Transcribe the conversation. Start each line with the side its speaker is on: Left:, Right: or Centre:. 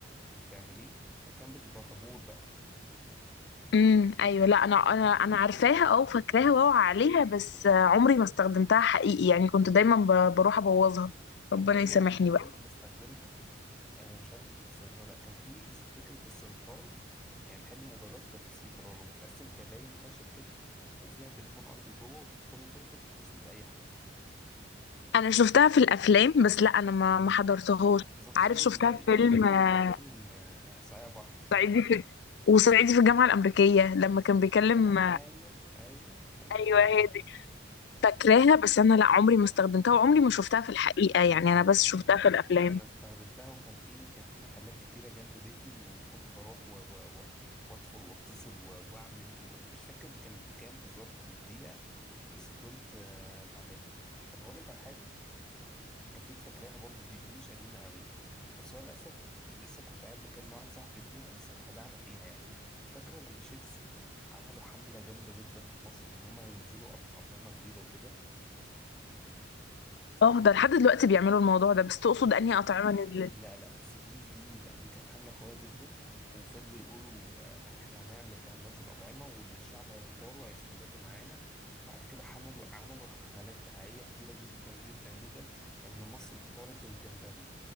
Centre: وبتعمليه وكان بتبقى طابور بقى
Left: امم ايوه لا
Centre: و...
Left: انا انا انا عارفاها اه وفاكراها
Centre: مم.
Left: واوعى عليها بس آه، عمري ما استخدمتها حقيقي يعني كنت دايما ب- بروح ابوظها
Centre: طب
Left: ربنا
Centre: هقول
Left: يسامحني
Centre: لك على حاجة انا
Left: بقى
Centre: كنت بستخدمها آه، ومش عارف انت كنت بتستخدمها ولا لا كان في فكرة السنترال يعني محل الموبايلات يبقى فيه سنترال ومتقسم كباين خشب كده وفيها تليفون ارضي جوه وتدخلي تقفي تتصلي بأي حد
Left: انا شفتها في الافلام بس لا انا ما
Centre: مم.
Left: ما حضرتهاش
Centre: آه، بالظبط زي
Left: عارف شفتها
Centre: زي
Left: في
Centre: زي
Left: فيلم
Centre: اللي كانت
Left: آه،
Centre: في فيلم آه، صايع بحر
Left: صعيدي في وصعيدي في الجامعه الامريكيه لما
Centre: وصعيدي
Left: كان بيكلم
Centre: في الجامعة ايوه ايوه لما
Left: ايوه
Centre: بالظبط
Left: هي دي فاكراها بس انا لا عمري ما استخدمتها وعمري
Centre: آه،
Left: ما شفتها في الحقيقه
Centre: لا
Left: يعني
Centre: انا
Left: انا
Centre: است...
Left: بس شفتها في الافلام
Centre: انا استخدمتها وكان في كان في محلات كتيره جنب بيتي وكنت بروح و و و وادخل واتصل و- واعمل ومش فاكر كانت بكام بالظبط الدقيقه بس كنت آه، بعملها طب هقول لك على حاجه اكيد فاكراها برضو دي دي مش قديمه قوي بس هو للاسف ل- لسه كنت قاعد بكلم واحد صاحبي فيها بس انخدعنا فيها يعني فاكره لما شيبسي عملوا حمله جامده جدا في مصر ان هم ينزلوا أط- اطعمه جديده وكده
Left: اه ده لحد دلوقتي بيعملوا الموضوع ده بس تقصد انهي اطعمه نزلت
Centre: لا لا بس دي دي لا دي كانت حملة قوية جدا وفضلوا يقولوا آه، احنا هنعمل هننزل أطعمة واللي الشعب هيختاره هيستمر معانا بعد كده عملوا عملوا حملات دعائية كتيرة جدا جدا جدا إن مصر اختارت الجمبري